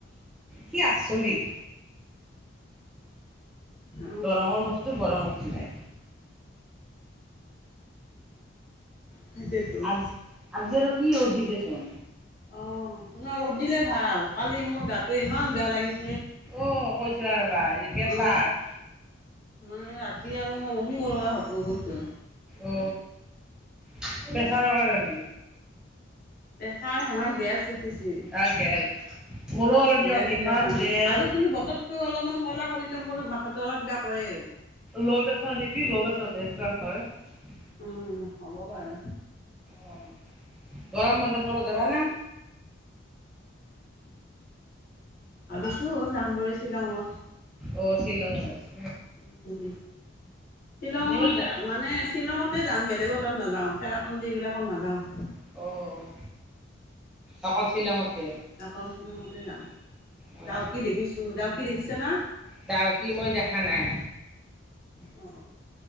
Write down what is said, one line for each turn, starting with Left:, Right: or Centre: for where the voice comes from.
Centre: কি আচৰিত।
Left: অ
Centre: গৰমৰ বস্তু গৰমত ওলায়।
Left: সেইটোৱেতো
Centre: আজ আজি আৰু কি ৰ'দ দিছেচোন।
Left: অ, ন ৰ'দ দিলে ভাল কালি মোৰ গাতটো ইমান বেয়া লাগিছে।
Centre: অ' কৈছিলা ৰবা হেৰি প্ৰেছাৰ
Left: অ মানে ৰাতি আৰু মই বমি কৰা হোৱাৰ দৰে হৈছোঁ।
Centre: অ, প্ৰেছাৰৰ কাৰণে।
Left: প্ৰেছাৰ নহয় গেছ উঠিছে।
Centre: আ গেছ মোৰো অলপ দিনত
Left: গেছ উঠা
Centre: ইমান
Left: কাৰণে
Centre: গেছ
Left: আৰু কিন্তু বতৰটো অলপমান ক'লা কৰিলে মোৰ মাথাটো অলপ কিবা কৰে।
Centre: লো প্ৰেছাৰ নেকি লো প্ৰেছাৰতহে এনেকুৱা হয়।
Left: উম, হ'ব পাৰে।
Centre: অ গৰম বন্ধত ক'ৰবাত যাব নে?
Left: ভাবিছো যাম বুলি শ্বিলঙত।
Centre: অ' শ্বিলঙত।
Left: উম। শ্বিলঙত
Centre: আমিও যাম
Left: মানে শ্বিলঙতে যাম বেলেগৰ তাত নাযাওঁ ঠেৰাপুঞ্জী এইবিলাকোত নাযাওঁ।
Centre: অ', অকল শ্বিলঙতে
Left: অকল শ্বিলঙতে যাম
Centre: অ
Left: ডাউকি দেখিছো, ডাউকি দেখিছা না।
Centre: ডাউকি মই দেখা নাই।
Left: অ,